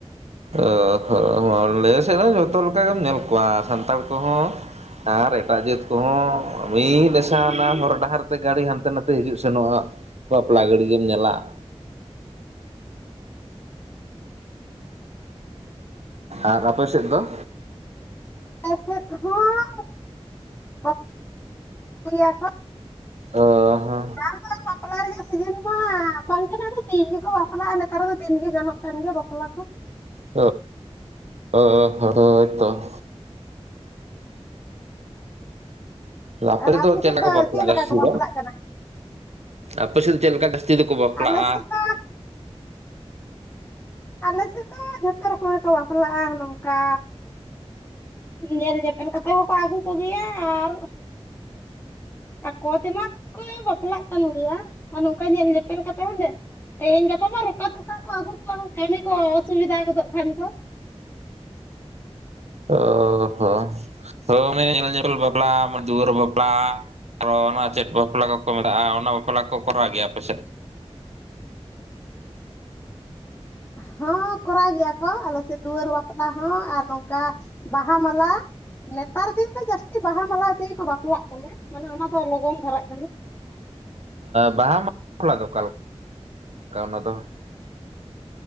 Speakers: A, on the right; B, on the left.
A: ᱚ ᱦᱚᱸ ᱟᱞᱮ ᱥᱮᱫ ᱦᱚᱸ ᱡᱚᱛᱚ ᱞᱮᱠᱟ ᱜᱮᱢ ᱧᱮᱞ ᱠᱚᱣᱟ ᱥᱟᱱᱛᱟᱲ ᱠᱚᱦᱚᱸ ᱟᱨ ᱮᱴᱟᱜ ᱡᱟᱹᱛ ᱠᱚᱦᱚᱸ ᱢᱤᱫ ᱟᱥᱟ ᱟᱱᱟ ᱦᱚᱨ ᱰᱟᱦᱟᱨ ᱛᱮ ᱜᱟᱹᱰᱤ ᱦᱟᱱᱛᱮ ᱱᱟᱛᱮ ᱦᱤᱡᱩᱜ ᱥᱮᱱᱚᱜᱼᱟ ᱾ ᱵᱟᱯᱞᱟ ᱜᱟᱹᱰᱤ ᱜᱮᱢ ᱧᱮᱞᱟ ᱾ ᱟᱨ ᱟᱯᱮ ᱥᱮᱫ ᱫᱚ?
B: ᱟᱞᱮ ᱥᱮᱫ ᱦᱚᱸ <unintelligible>
A: ᱚ ᱦᱚᱻ
B: ᱱᱮᱛᱟᱨ ᱫᱚ ᱵᱟᱯᱞᱟ ᱨᱮᱭᱟᱜ ᱥᱤᱡᱤᱱ ᱢᱟ ᱵᱟᱝ ᱠᱟᱱᱟ ᱟᱫᱚ ᱫᱤᱱ ᱜᱮᱠᱚ ᱵᱟᱯᱞᱟᱜᱼᱟ ᱱᱮᱛᱟᱨ ᱫᱚ ᱫᱤᱱ ᱜᱮ ᱜᱟᱱᱚᱜ ᱠᱟᱱ ᱜᱮ ᱵᱟᱯᱞᱟ ᱠᱚ ᱾
A: <unintelligible> ᱦᱳᱭ ᱛᱚ ᱾ ᱞᱟᱯᱮ
B: ᱟᱨ ᱟᱯᱮ
A: ᱫᱚ ᱪᱮᱜ
B: ᱥᱮᱫ
A: ᱞᱮᱠᱟ ᱠᱚ ᱵᱟᱯᱞᱟᱜ
B: ᱪᱮᱫ ᱞᱮᱠᱟ
A: ᱡᱟᱹᱥᱛᱤ
B: ᱠᱚ ᱵᱟᱯᱞᱟᱜ
A: ᱫᱚ?
B: ᱠᱟᱱᱟ
A: ᱟᱯᱮ ᱥᱮᱫ ᱫᱚ ᱪᱮᱫ ᱞᱮᱠᱟ ᱡᱟᱹᱥᱛᱤ ᱫᱚᱠᱚ ᱵᱟᱯᱞᱟᱜᱼᱟ?
B: ᱟᱞᱮ ᱥᱮᱫ ᱫᱚ ᱟᱞᱮ ᱥᱮᱫ ᱫᱚ ᱡᱷᱚᱛᱚ ᱨᱚᱠᱚᱢ ᱜᱮᱠᱚ ᱵᱟᱯᱞᱟᱜᱼᱟ, ᱱᱚᱝᱠᱟ ᱧᱮᱞ ᱧᱮᱯᱮᱞ ᱠᱟᱛᱮᱜ ᱦᱚᱸᱠᱚ ᱟᱹᱜᱩ ᱠᱚᱜᱮᱭᱟ ᱟᱨ ᱟᱠᱚ ᱛᱮᱢᱟ ᱠᱚ ᱵᱟᱯᱞᱟᱜ ᱠᱟᱱ ᱜᱮᱭᱟ ᱟᱨ ᱱᱚᱝᱠᱟ ᱧᱮᱞ ᱧᱮᱯᱮᱞ ᱠᱟᱛᱮ ᱦᱚᱸ ᱛᱮᱦᱮᱧ ᱜᱟᱯᱟ ᱢᱟ ᱨᱚᱠᱟ ᱛᱷᱚᱠᱟ ᱠᱚ ᱟᱹᱜᱩ ᱠᱚᱣᱟ ᱠᱟᱹᱢᱤ ᱠᱚ ᱚᱥᱩᱵᱤᱫᱷᱟ ᱜᱚᱫᱚᱜ ᱠᱷᱟᱱ ᱠᱚ ᱾
A: ᱦᱳ ᱦᱳ, ᱦᱚ <unintelligible> ᱵᱟᱯᱞᱟ ᱢᱟᱱᱮ ᱫᱩᱣᱟᱹᱨ ᱵᱟᱯᱞᱟ ᱟᱨᱚ ᱚᱱᱟ ᱪᱮᱫ ᱵᱟᱯᱞᱟ ᱠᱚᱠᱚ ᱢᱮᱛᱟᱜᱼᱟ ᱚᱱᱟ ᱵᱟᱯᱞᱟ ᱠᱚ ᱠᱚᱨᱟᱣ ᱜᱮᱭᱟ ᱟᱯᱮ ᱥᱮᱫ?
B: ᱦᱚᱸ ᱠᱚᱨᱟᱣ ᱜᱮᱭᱟ ᱠᱚ ᱟᱞᱮ ᱥᱮᱫ ᱫᱩᱣᱟᱹᱨ ᱵᱟᱯᱞᱟ ᱦᱚᱸ ᱟᱨ ᱱᱚᱝᱠᱟ ᱵᱟᱦᱟ ᱢᱟᱞᱟ ᱱᱮᱛᱟᱨ ᱫᱤᱱ ᱫᱚ ᱡᱟᱹᱥᱛᱤ ᱵᱟᱦᱟ ᱢᱟᱞᱟ ᱛᱮᱜᱮ ᱠᱚ ᱵᱟᱯᱞᱟᱜ ᱠᱟᱱᱟ ᱢᱟᱱᱮ ᱚᱱᱟ ᱫᱚ ᱞᱚᱜᱚᱱ ᱫᱷᱟᱨᱟᱜ ᱠᱟᱱᱟ ᱾
A: ᱵᱟᱦᱟ ᱢᱟᱞᱟ ᱫᱚ ᱚᱠᱟ ᱞᱮᱠᱟ ᱚᱱᱟ ᱫᱚ?